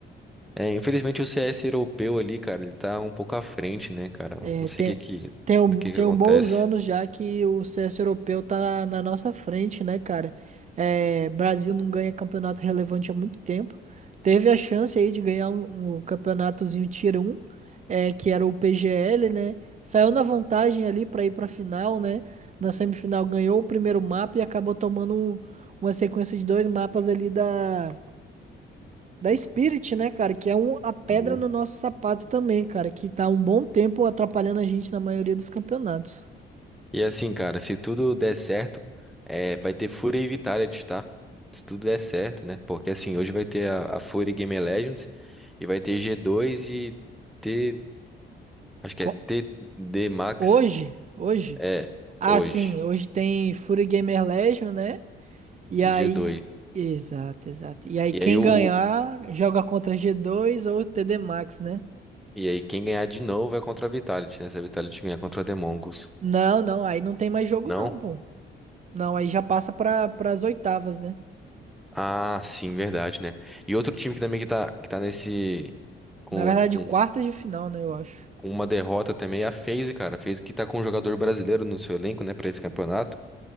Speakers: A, in the centre; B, on the right (about 35°).
A: É, infelizmente o CS europeu ali, cara, ele tá um pouco à frente, né, cara?
B: É,
A: Não sei
B: tem,
A: o que que,
B: tem, um-
A: do que
B: tem
A: que acontece.
B: um bons anos já que o CS europeu tá na, na nossa frente, né, cara? É, Brasil não ganha campeonato relevante há muito tempo. Teve a chance aí de ganhar um, um campeonatozinho Tier um é, que era o PGL, né? Saiu na vantagem ali pra ir pra final, né? Na semifinal ganhou o primeiro mapa e acabou tomando um- uma sequência de dois mapas ali da Da Spirit, né, cara? Que é um, a pedra
A: Hum.
B: no nosso sapato também, cara. Que tá há um bom tempo atrapalhando a gente na maioria dos campeonatos.
A: E assim, cara, se tudo der certo, é, vai ter Fúria e Vitality, tá? Se tudo der certo, né? Porque assim, hoje vai ter a, a Fúria e Game Legends e vai ter G2 e T, acho que
B: Co-
A: é TD Max,
B: Hoje, hoje.
A: é,
B: Ah,
A: hoje,
B: sim, hoje tem Fury Gamer Legion, né? E
A: e
B: aí.
A: G2.
B: Exato, exato. E aí,
A: E
B: quem
A: aí o,
B: ganhar
A: o-
B: joga contra g dois ou TD Max, né?
A: e aí quem ganhar de novo vai contra a Vitality, né? Se a Vitality ganhar contra a The Mongols.
B: Não, não, aí não tem mais jogo,
A: Não?
B: não, pô. Não, aí já passa para as oitavas, né?
A: Ah, sim, verdade, né? E outro time que também que tá, que tá nesse com
B: Na verdade,
A: com
B: quartas de final, né, eu acho.
A: com uma derrota também, é a FaZe, cara. A FaZe que tá com um jogador brasileiro no seu elenco, né, pra esse campeonato.